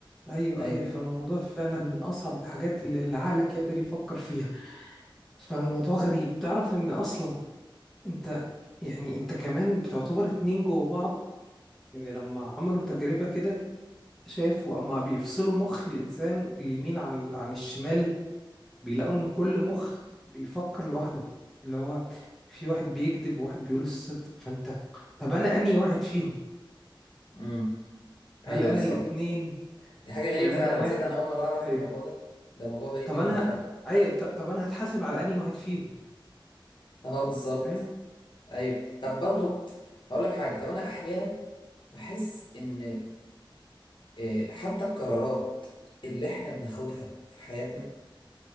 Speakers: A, in the centre; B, on the left (about 65°).
A: ايوه
B: ايوه
A: ايوه فالموضوع فعلا من اصعب الحاجات اللي اللي عقلك يقدر يفكر فيها فالموضوع غريب تعرف ان اصلا انت يعني انت كمان بتعتبر اتنين جوه بعض يعني لما عملوا تجربة كده شافوا اما بيفصلوا مخ الانسان اليمين عن عن الشمال بيلاقوا ان كل مخ بيفكر لوحده اللي هو في واحد بيكذب وواحد بيقول الصدق فانت طب انا انهي واحد فيهم
B: امم
A: هل
B: ايوه
A: انا
B: بالظبط
A: الاتنين
B: دي حاجه غريبه
A: ولا
B: فعلا
A: انا واحد
B: تصدق انا اول مره اعرف
A: ايوه
B: الموضوع ده ده موضوع غريب
A: طب
B: جدا
A: انا
B: فعلا
A: اي ط- طب انا هتحاسب على انهي واحد فيهم
B: اه بالظبط
A: فاهم
B: ايوه طب برضو هقول لك حاجه طب انا احيانا بحس ان آه، حتى القرارات اللي احنا بناخدها في حياتنا